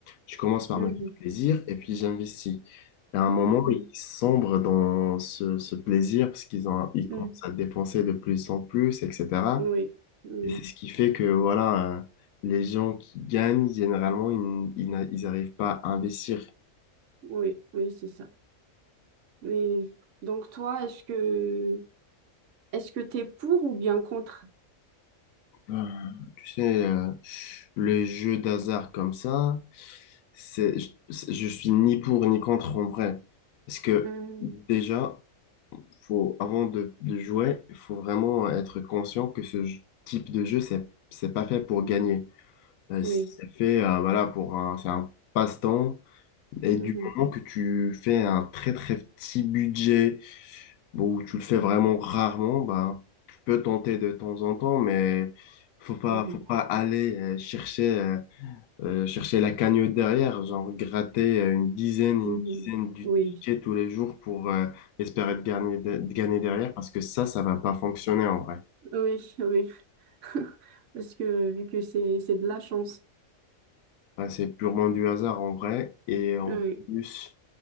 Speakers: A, on the left; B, on the right.
A: je commence par
B: Mhm.
A: me faire plaisir et puis j'investis. Et à un moment,
B: Mhm.
A: ils sombrent dans ce, ce plaisir parce qu'ils ont, ils
B: Mhm.
A: commencent à dépenser de plus en plus, etc.
B: Oui. Oui. Mmh.
A: Et c'est ce qui fait que, voilà, euh, les gens qui gagnent, généralement, ils, ils n'a- ils n'arrivent pas à investir.
B: Oui. Oui, c'est ça. Mais donc toi, est-ce que est-ce que t'es pour ou bien contre?
A: Euh, tu sais, euh, le jeu d'hasard comme ça, c'est, je, c'est- je suis ni pour ni contre en vrai. Parce que
B: Hmm,
A: déjà, faut, avant de, de jouer, il faut vraiment être conscient que ce j- type de jeu, c'est, c'est pas fait pour gagner. Euh,
B: Oui.
A: c'est fait, euh, voilà, pour un, c'est un passe-temps. Et du
B: Mhm,
A: moment que tu fais un très très petit budget, bon, où tu le fais vraiment rarement, ben, tu peux tenter de temps en temps, mais faut pas,
B: mhm,
A: faut pas aller euh, chercher euh, euh, chercher la cagnotte derrière, genre gratter euh, une dizaine, une
B: mhm.
A: dizaine du
B: Oui.
A: ticket tous les jours pour euh, espérer de gagner, de, de gagner derrière, parce que ça, ça va pas fonctionner en vrai.
B: Oui, oui. <laughs> Parce que vu que c'est c'est de la chance.
A: Ah, c'est purement du hasard en vrai. Et en
B: Oui.
A: plus,